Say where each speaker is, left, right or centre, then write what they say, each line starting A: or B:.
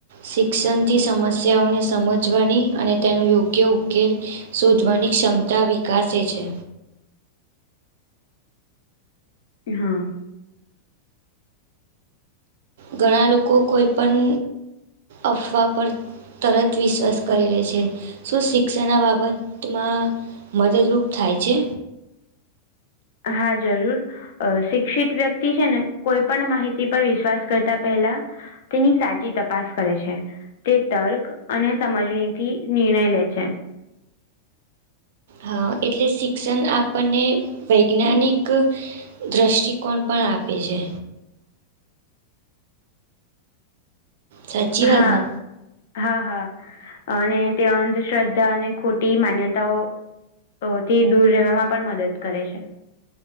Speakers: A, on the right (about 55°); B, on the left (about 55°).
A: શિક્ષણથી સમસ્યાઓને સમજવાની અને તેનો યોગ્ય ઉકેલ. શોધવાની ક્ષમતા વિકસે છે.
B: હા.
A: ઘણા લોકો કોઈ પણ અફવા પર. તરત વિશ્વાસ કરી લે છે શું શિક્ષણના બાબતમાં. મદદરૂપ થાય છે.
B: હા જરૂર અ શિક્ષિત વ્યક્તિ છે ને કોઈ પણ માહિતી પર વિશ્વાસ કરતા પહેલા તેની સાચી તપાસ કરે છે તે તર્ક અને સમજણીથી નિર્ણય લે છે
A: હા એટલે શિક્ષણ આપણને વૈજ્ઞાનિક દ્રષ્ટિકોણ પણ આપે છે સાચી
B: હા.
A: વાત ને
B: હા હા અને તે અંધશ્રદ્ધા અને ખોટી માન્યતાઓ તો તેથી દૂર રહેવામાં પણ મદદ કરે છે.